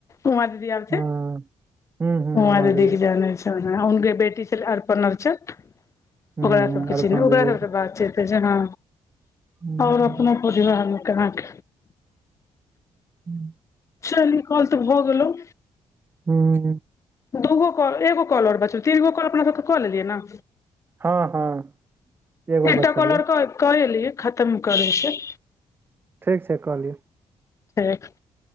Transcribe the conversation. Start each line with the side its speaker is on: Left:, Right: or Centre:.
Left: उमा दीदी आबथि
Right: हँ हूँ हूँ
Left: उमा
Right: उमादेवी
Left: दीदी क जन छै हुनके बेटी छल अर्पण अर्चन
Right: हूँ
Left: ओकरा
Right: हूँ
Left: सबके
Right: अरिपन
Left: चिन ओकरा
Right: देवी
Left: सबके बातचत जेना
Right: हूँ
Left: ओर अपनो
Right: हूँ
Left: परिवार मे केनाक
Right: हूँ
Left: चली कल त भ गेलो
Right: हूँ
Left: दूगो कल एगो कॉलर ब तीन गो कॉल अपना साथ क लेलियै ने
Right: हँ हँ एगो
Left: एकटा
Right: बचल
Left: कलर
Right: या
Left: करलिय खतम करै छै
Right: ठीक छै क लियो
Left: ठीक